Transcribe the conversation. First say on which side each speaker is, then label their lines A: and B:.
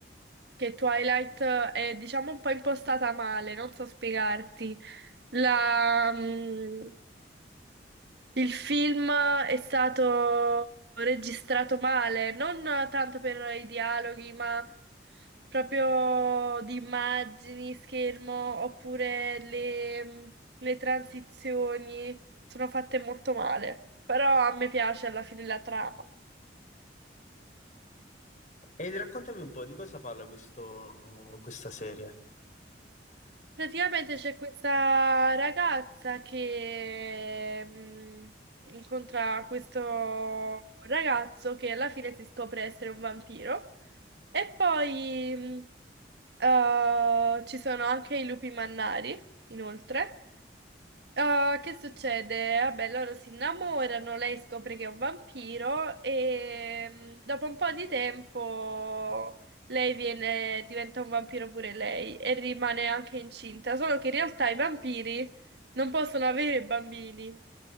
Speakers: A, on the right; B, on the left.
A: Che Twilight eh, è, diciamo, un po' impostata male, non so spiegarti. La, mm, il film è stato registrato male, non tanto per i dialoghi, ma proprio di immagini, schermo, oppure le, mm, le transizioni sono fatte molto male. Però a me piace alla fine la trama.
B: E raccontami un po' di cosa parla questo- questa serie.
A: Praticamente c'è questa ragazza che mh, incontra questo ragazzo che alla fine si scopre essere un vampiro. E poi mh, eh, ci sono anche i lupi mannari, inoltre. Ah, che succede? Vabbè, loro si innamorano, lei scopre che è un vampiro e mm, dopo un po' di tempo lei viene- diventa un vampiro pure lei e rimane anche incinta, solo che in realtà i vampiri non possono avere bambini.